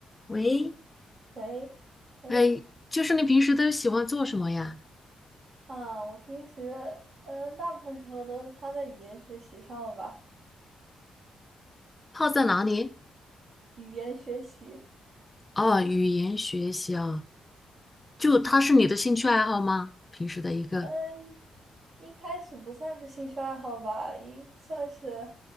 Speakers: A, on the left (about 25°); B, on the right (about 55°).
A: 喂，
B: 喂，哎，
A: 哎，就是你平时都喜欢做什么呀？
B: 啊，我平时，嗯、大部分时候都是花在语言学习上了吧？
A: 泡在哪里？
B: 语言学习，
A: 哦，语言学习啊，就它是你的兴趣爱好吗？平时的一个
B: 嗯，一开始不算是兴趣爱好吧，应算是，